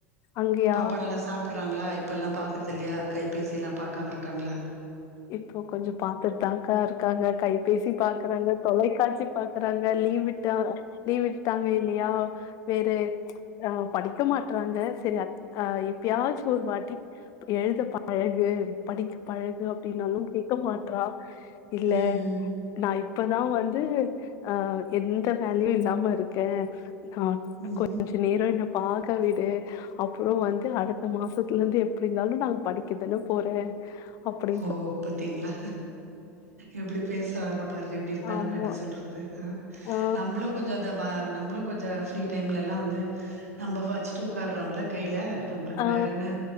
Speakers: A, on the left (about 45°); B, on the right (about 85°).
A: அங்கயா
B: பாப்பா நல்லா சாப்ப சாப்பிடறாங்களா இப்பெல்லாம் பாக்கறது இல்லையா கைபேசி யெல்லாம் பாக்காம இருக்காங்களா
A: இப்போ கொஞ்சம் பாத்துட்டு தாங்க்கா இருக்காங்க கைபேசி பாக்குறாங்க தொலைக்காட்சி பாக்குறாங்க லீவ் விட்டா லீவ் விட்டாங்க இல்லையா வேறே ஆ படிக்க மாட்டறாங்க சரி அ எப்பயாச்சும் ஒரு வாட்டி எழுத பழகு படிக்க பழகு எதுனாலும் திட்ட மாட்றா இல்ல
B: ம் ம்
A: நான் இப்பதான் வந்து அ எந்த வேலையூம் இல்லாம இருக்கேன் ஆ
B: ம்ம்
A: நேரம் என்ன பாக்க விடு அப்புறம் வந்து அடுத்த மாசத்துல இருந்து எப்படி இருந்தாலும் நா படிக்கதானே போறேன் அப்படி
B: ஓ பாத்தீங்களா எப்படி பேசுறாங்க பாருங்க இப்படி இருந்தா
A: ஆமா.
B: நம்ம என்ன சொல்றது
A: ஆ
B: நம்மளும் கொஞ்சம் அந்த நம்மளும் கொஞ்சம் ஃப்ரீ டைம்ல எல்லாம் வந்து நம்ம படிச்சுட்டு உட்கார்றோல கைல நம்மளுக்கு
A: ஆ
B: வேற என்ன